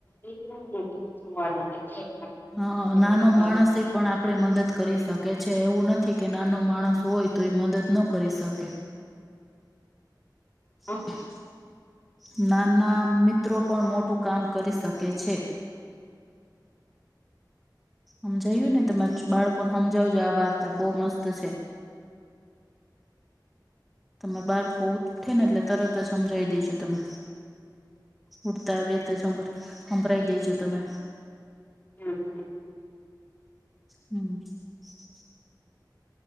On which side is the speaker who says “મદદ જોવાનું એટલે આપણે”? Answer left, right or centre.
Left